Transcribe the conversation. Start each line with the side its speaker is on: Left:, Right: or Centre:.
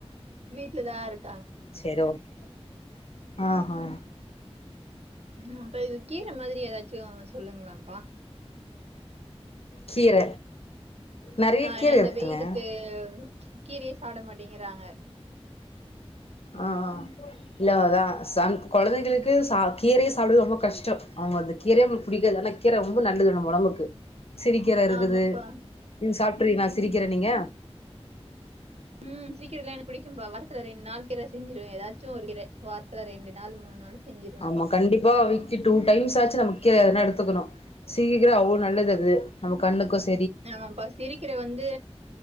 Right: வீட்லதா இருக்
Left: செரி ஓகே ஆ ஆ
Right: ம் அப்ப இது கீர மாதிரி ஏதாச்சி சொல்லுங்களாப்பா
Left: கீர நெறைய
Right: ஆ
Left: கீர
Right: ஏ இந்த
Left: இருக்குதுங்க
Right: வெயிலுக்கு ம்ச் கீரையே சாப்ட மாட்டிங்கிறாங்க
Left: ஆ ஆ ஆ இல்ல அவ்ளோதா சந் கொழந்தைங்களுக்கு சா கீரையை சாப்புடுறது ரொம்ப கஷ்டோ அவுங்க அந்த கீரைய புடிக்காது ஆனா கீரா ரொம்ப நல்லது நம்ம ஒடம்புக்கு சிறி கீர இருக்குது
Right: ஆமாப்பா.
Left: நீங்க சாப்டிருக்கீங்களா சிறி கீர நீங்க
Right: ம் சிறி கீர எனக்கு புடிக்கும்ப்பா வாரத்துல ரெண்டு நாள் கீர செஞ்சிருவே ஏதாச்சும் ஒரு கீர வாரத்தல ரெண்டு நாள் மூணு நாள் செஞ்சிருவப்பா
Left: ஆமா கண்டிப்பா வீக் லி டு டைம்ஸ் ஆச்சி நம்ம கீ எதனா எடுத்துக்கனு சீக்கிரோ அவ்ளோ நல்லது அது நம கண்ணுக்கு செ
Right: ஆமாப்பா சிரிக்கீர வந்து